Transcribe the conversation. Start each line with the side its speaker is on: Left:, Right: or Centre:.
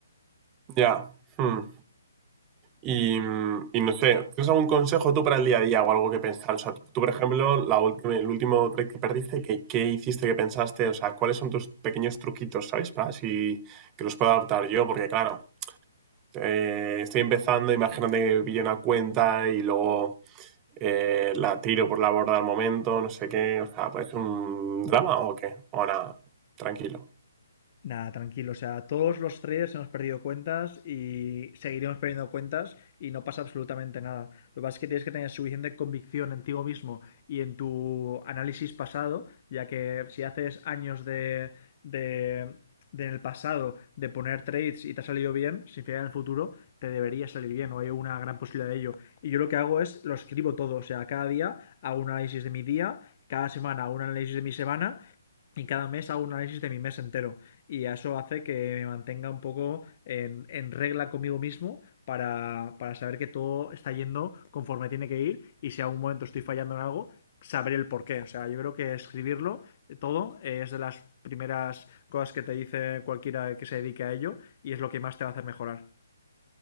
Right: Ya. hmm. Y, mm, y no sé, ¿tienes algún consejo tú para el día a día o algo que pensar? O sea, tú, por ejemplo, la última, el último trade que perdiste, ¿qué, qué hiciste, qué pensaste? O sea, ¿cuáles son tus pequeños truquitos, ¿sabes? Para así que los pueda adaptar yo, porque claro. eh, estoy empezando, imagínate que pillo una cuenta y luego eh, la tiro por la borda al momento, no sé qué, o sea, ¿puede ser un drama o qué? O nada, tranquilo.
Left: Nada, tranquilo. O sea, todos los traders hemos perdido cuentas y seguiremos perdiendo cuentas y no pasa absolutamente nada. Lo que pasa es que tienes que tener suficiente convicción en ti mismo y en tu análisis pasado, ya que si haces años de, de, de en el pasado de poner trades y te ha salido bien, sin fiar en el futuro, te debería salir bien o hay una gran posibilidad de ello. Y yo lo que hago es lo escribo todo. O sea, cada día hago un análisis de mi día cada semana hago un análisis de mi semana y cada mes hago un análisis de mi mes entero y eso hace que me mantenga un poco en, en regla conmigo mismo para, para saber que todo está yendo conforme tiene que ir y si a un momento estoy fallando en algo, saber el por qué. O sea, yo creo que escribirlo todo eh, es de las primeras cosas que te dice cualquiera que se dedique a ello y es lo que más te va a hacer mejorar.